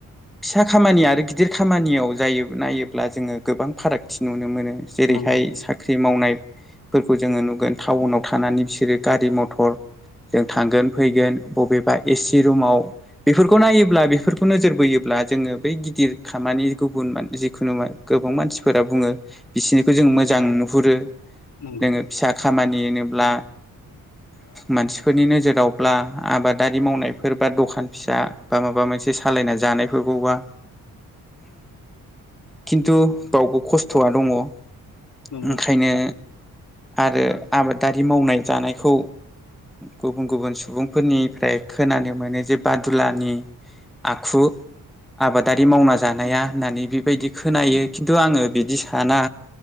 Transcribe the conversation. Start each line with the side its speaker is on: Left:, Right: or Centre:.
Centre: फिसा खामानि आरो गिदिर खामानियाव जायो नायोब्ला जोङो गोबां फाराग फारागथि नुनो मोनो जेरैहाय
Left: नंगौ
Centre: साख्रि मावनाय फोरखौ जोङो नुगोन टाउनाव थानानै बिसोरो गारि मथर जों थांगोन फैगोन बबेबा एसि रुमाव बेफोरखौ नायोब्ला बेफोरखौ नोजोर होयोब्ला जोङो बै गिदिर खामानि गुबुन जिखुनु गोबां मानसिफोरा बुङो बिसिनिखौ जों मोजां नुहुरो
Left: नंगौ
Centre: नोङो फिसा खामानि होनोब्ला
Left: <inaudible>
Centre: मानसिफोरनि नोजोरावब्ला आबादारि मावनायफोर बा दखान फिसा बा माबा मोनसे सालायना जा। जानायफोरखौबा। खिन्थु बावबो खस्थ'वा दङ ओंखायनो
Left: नंगौ
Centre: आरो आबादारि आरि मावनाय जानायखौ गुबुन गुबुन सुबुंफोरनिफ्राय खोनानो मोनो जे बादुलानि आखु आबादारि मावना जानाया होननानै बेबायदि खोनायो खिन्थु आङो बिदि बिदि साना